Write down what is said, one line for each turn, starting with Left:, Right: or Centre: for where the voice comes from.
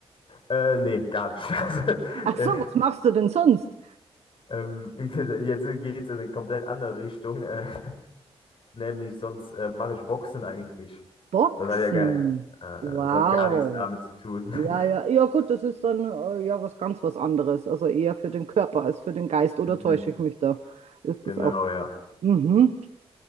Left: Äh, nee, gar nicht. <laughs> Also,
Right: Ach so,
Left: äh,
Right: was machst du denn sonst?
Left: ähm, ich, jetzt geht es in eine komplett andere Richtung, äh, nämlich sonst äh, mache ich Boxen eigentlich.
Right: Boxen.
Left: Das hat ja gar, äh,
Right: Wow.
Left: das hat gar nichts damit zu tun.
Right: Ja,
Left: <laughs>
Right: ja, ja, gut, das ist dann äh, ja was ganz was anderes. Also eher für den Körper als für den Geist. Oder
Left: Mhm,
Right: täusche ich mich da? Ist
Left: genau,
Right: das auch?
Left: ja.
Right: Mhm.